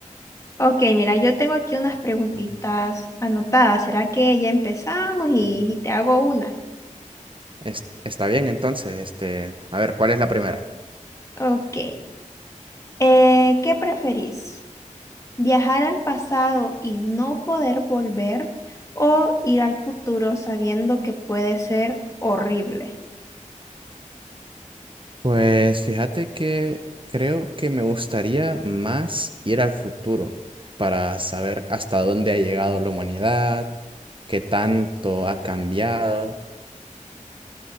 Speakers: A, on the left (about 20°); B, on the right (about 40°).
A: Ok, mira, yo tengo aquí unas preguntitas anotadas. ¿Será que ya empezamos y, y te hago una?
B: Es- está bien, entonces, este, a ver, ¿cuál es la primera?
A: Ok. Eh, ¿qué preferís? Viajar al pasado y no poder volver o ir al futuro sabiendo que puede ser horrible.
B: Pues fíjate que creo que me gustaría más ir al futuro para saber hasta dónde ha llegado la humanidad, qué tanto ha cambiado.